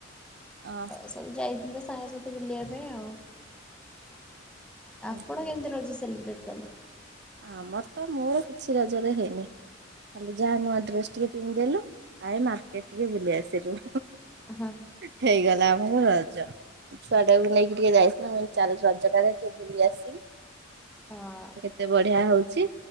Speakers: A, on the right; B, in the centre.
A: ଓହୋ
B: ତ ସବୁ ଯାଇଥିଲୁ ସାଙ୍ଗ ସାଥି ବୁଲିବା ପାଇଁ ଆଉ
A: ଓହୋ
B: ଆପଣ କେମିତି ରଜ ସେଲିବ୍ରେଟ୍ କଲେ?
A: ଆମର ତ ମୋର କିଛି ରଜରେ ହେଇନି ଖାଲି ଯାହା ନୂଆ ଡ୍ରେସ ଟିକେ ପିନ୍ଧିଦେଲୁ ଏଇ ମାର୍କେଟ ଟିକେ ବୁଲି ଆସିଲୁ।
B: ହଁଅ
A: ହେଇଗଲା ଆମର ରଜ। ଛୁଆ ଟାକୁ ନେଇକି ଟିକେ ଯାଇଥିଲି ମୁଇ କହିଲି ଚାଲେ ରଜଟାରେ ଟିକେ ବୁଲି ଆସିବୁ।
B: ହଁ
A: ଏତେ ବଢିଆ ହଉଛି